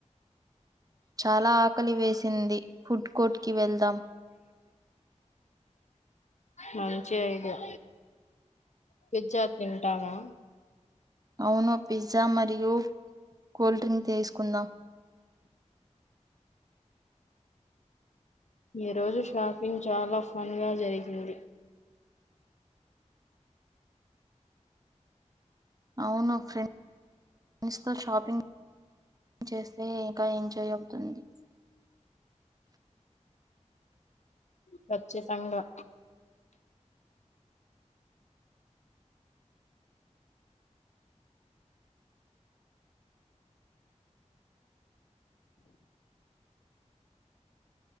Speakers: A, on the right; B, on the left.
A: చాలా ఆకలి వేసి సింది ఫుడ్ కోర్ట్కి వెళ్దాం
B: మంచి ఐడియా పిజ్జా తింటావా
A: అవును పిజ్జా మరియు కూల్ డ్రింక్ తీసుకుందా
B: ఈ రోజు షాపింగ్ చాలా ఫన్ గా జరిగింది.
A: అవును ఫ్రెండ్ ఫ్రెండ్స్తో షాపింగ్ చేస్తే ఇంకా ఎంజాయ్ అవుతుంది
B: పచ్చి సంఘం